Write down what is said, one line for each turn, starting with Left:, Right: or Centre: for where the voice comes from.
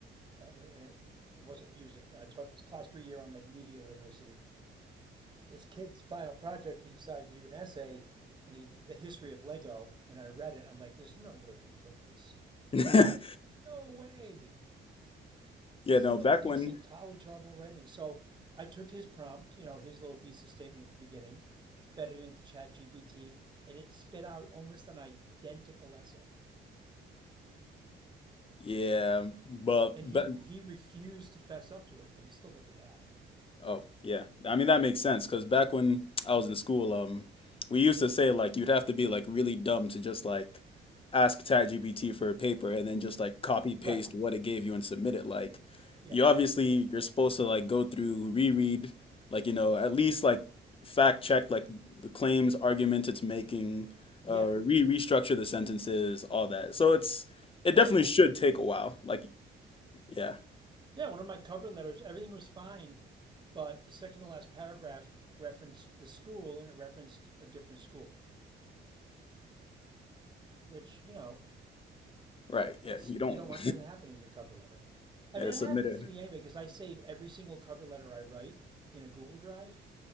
Right: um, and it, it wasn't music. I taught this class for a year on like media literacy. This kid's final project, he decided to do an essay, and he the history of Lego. And I read it. I'm like, there's no way he wrote this.
Left: <laughs> yeah,
Right: No way.
Left: no.
Right: this is
Left: Back
Right: like decent
Left: when,
Right: college level writing. So I took his prompt, you know, his little thesis statement at the beginning, fed it into ChatGPT, and it spit out almost an identical essay.
Left: yeah, but
Right: And
Left: ba
Right: he he refused to fess up to it, but he still got the F.
Left: Oh, yeah. I mean, that makes
Right: Yeah.
Left: sense because back when I was in school, um, we used to say like you'd have to be like really dumb to just like ask ChatGPT for a paper and then just like copy paste
Right: Right.
Left: what it gave you and submit it. Like,
Right: Yeah.
Left: you obviously you're supposed to like go through, reread, like you know, at least like fact check like the claims, argument it's making,
Right: Yeah.
Left: uh, re restructure the sentences, all that. So it's it
Right: Yeah.
Left: definitely should take a while. Like, yeah,
Right: Yeah. One of my cover letters, everything was fine, but the second to last paragraph referenced the school and it referenced a different school, which, you know,
Left: right, yeah.
Right: That's
Left: You don't
Right: you don't want that to happen in your cover letter. I
Left: <laughs> yeah,
Right: mean,
Left: submit
Right: it happens to me anyway because I save every single cover letter I write in a Google Drive,